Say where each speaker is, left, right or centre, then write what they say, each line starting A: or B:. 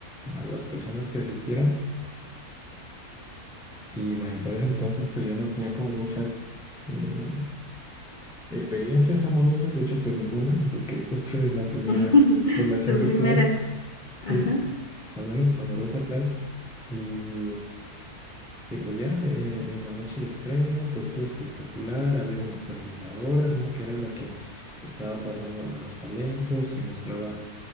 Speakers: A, in the centre; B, on the left (about 45°).
A: a las personas que asistieran. Y vaya, para ese entonces, pues yo no tenía como muchas eh, experiencias amorosas, de hecho, pues ninguna, porque <laughs> justo es la primera
B: <laughs>
A: relación
B: Tu
A: que
B: primera.
A: tuve, sí,
B: Ajá.
A: al menos amorosa, claro. y Y pues ya, eh, en la noche de estreno, pues todo espectacular, había una presentadora, ¿no? Que era la que estaba pasando a los talentos y mostraba